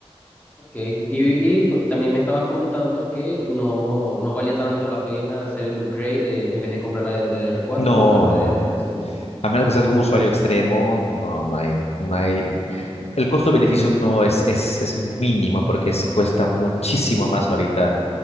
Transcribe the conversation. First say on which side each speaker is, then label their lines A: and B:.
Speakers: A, on the left; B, on the left.
A: okay. Y, y, pues, también me estabas comentando que no, no valía tanto la pena hacer el upgrade de, en vez de comprar la de DDR4,
B: No,
A: buscar la
B: no,
A: de D
B: no.
A: DDR5.
B: A menos que seas un usuario extremo, no, no hay, no hay. el costo-beneficio no es, es, es mínimo porque es, cuesta muchísimo más ahorita.